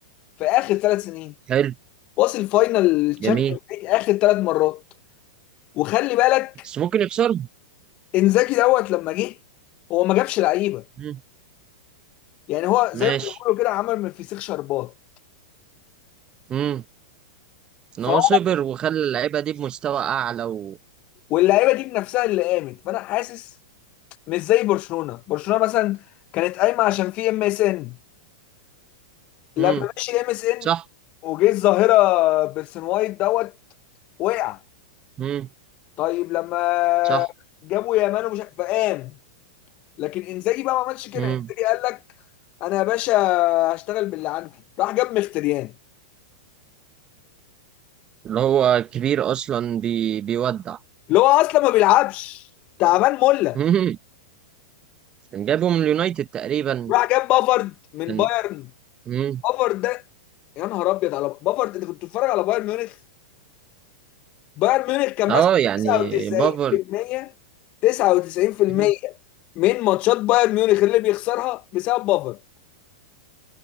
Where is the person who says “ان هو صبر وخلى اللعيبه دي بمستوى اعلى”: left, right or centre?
Right